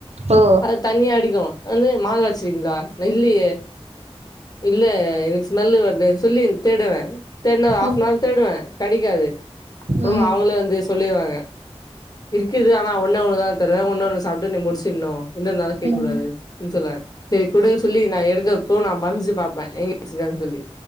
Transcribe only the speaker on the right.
ஓ
ம்
ம்
ம்